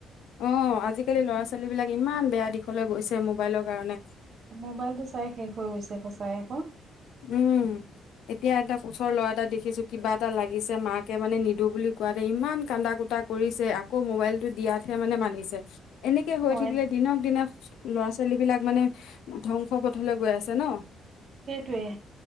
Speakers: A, on the left; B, on the right.
A: অ আজি আজিকালি ল'ৰা ছোৱালী বিলাক ইমান বেয়া দিশলৈ গৈছে মোবাইলৰ কাৰণে
B: মোবাইলটো চাই শেষ হৈ গৈছে খচাই আকৌ
A: উম এতিয়া এটা ওচৰ ল'ৰা এটা দেখিছো কিবা এটা লাগিছে মাকে মানে নিদো বুলি কোৱাতে ইমান কান্দা কুটা কৰিছে আকৌ মোবাইলটো দিয়াতহে মানে মানিছে এনেকে হৈ থাকিলে
B: অ
A: দিনক দিনে ল'ৰা ছোৱালী বিলাক মানে ধ্বংস পথলৈ গৈ আছে ন
B: সেইটোয়ে